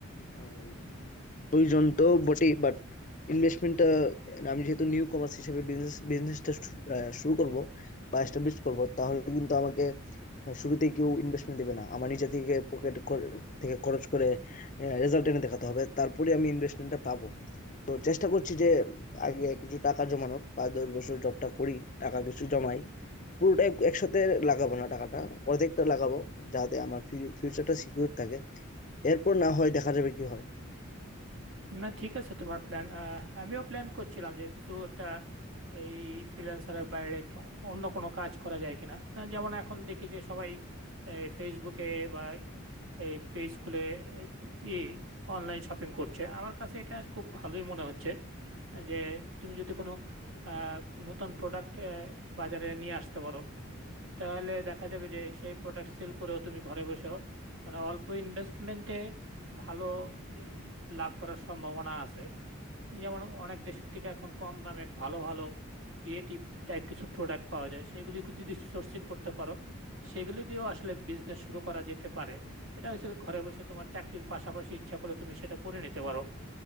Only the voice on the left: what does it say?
আহ, প্রয়োজন তো বটেই বাট ইনভেস্টমেন্টটা আমি যেহেতু নিউ কমার্স হিসেবে বিজনেস বিজনেসটা শুরু করব বা এস্টাবলিশ করব তাহলে কিন্তু আমাকে শুরুতে কেউ ইনভেস্টমেন্ট দেবে না আমার নিজে থেকে পকেট থেকে খরচ করে রেজাল্ট এনে দেখাতে হবে তারপরে আমি ইনভেস্টমেন্টটা পাবো তো চেষ্টা করছি যে আগে কিছু টাকা জমানোর পাঁচ দশ বছর জবটা করি টাকা কিছু জমাই পুরোটা এক- একসাথে লাগাবো না টাকাটা অর্ধেকটা লাগাবো যাতে আমার ফিউচারটা সিকিউর থাকে এরপর না হয় দেখা যাবে কি হয়